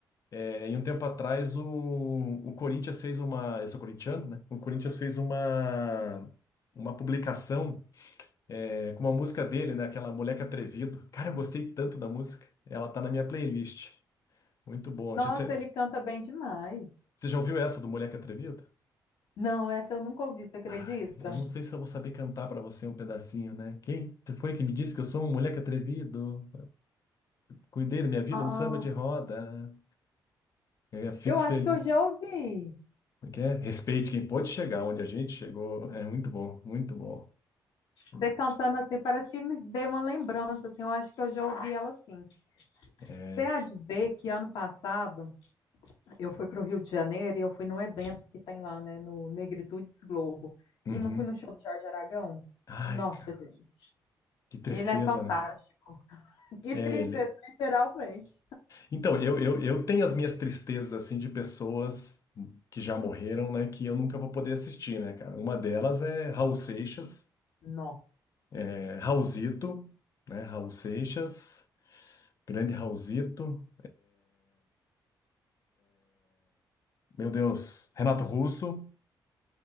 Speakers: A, on the left (about 50°); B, on the left (about 80°).
A: É, e um tempo atrás o, o Corinthians fez uma. Eu sou corintiano, né? O Corinthians fez uma, uma publicação é, com uma música dele, né? Aquela Moleque Atrevido. Cara, eu gostei tanto da música. Ela tá na minha playlist. Muito bom.
B: Nossa,
A: Acho que Você,
B: ele canta bem demais.
A: você já ouviu essa do Moleque Atrevido?
B: Não, essa eu nunca ouvi, você acredita?
A: Ai, eu não sei se eu vou saber cantar pra você um pedacinho, né? Quem? Você foi que me disse que eu sou um moleque atrevido? Cuidei da minha vida
B: Ah,
A: no samba de roda. É, fico
B: eu
A: feliz.
B: acho que eu já ouvi.
A: Como é que é? Respeite quem pode chegar onde a gente chegou. É muito bom, muito bom, muito
B: Você
A: bom.
B: cantando assim, parece que me veio uma lembrança, assim, eu acho que eu já ouvi ela assim.
A: É,
B: Você há de ver que ano passado eu fui para o Rio de Janeiro e eu fui num evento que tem lá, né, no Negritudes Globo.
A: uhum.
B: E não fui no show do Jorge Aragão?
A: Ai,
B: Nossa,
A: cara,
B: gente.
A: que tristeza,
B: Ele é fantástico.
A: né?
B: <laughs> Que
A: É
B: tristeza,
A: ele.
B: literalmente.
A: Então, eu, eu, eu tenho as minhas tristezas, assim, de pessoas que já morreram, né, que eu nunca vou poder assistir, né, cara? Uma delas é Raul Seixas,
B: No,
A: é, Raulzito, né? Raul Seixas, grande Raulzito. Meu Deus, Renato Russo,